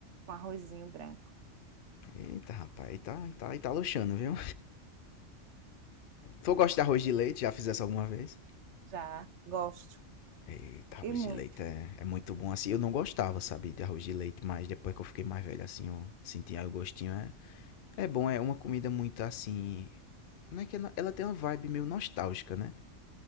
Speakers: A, on the right; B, on the left.
A: Com arrozinho branco.
B: Eita, rapaz, aí tá, aí tá, aí tá luxando, viu? Tu gosta de arroz
A: É bom.
B: de leite? Já fiz essa alguma vez?
A: Já gosto.
B: Eita,
A: E
B: arroz
A: muito.
B: de leite é, é muito bom assim. Eu não gostava, sabe, de arroz de leite, mas depois que eu fiquei mais velho, assim, eu sentia o gostinho. É, é bom, é uma comida muito assim. Não é que ela, ela tem uma vibe meio nostálgica, né?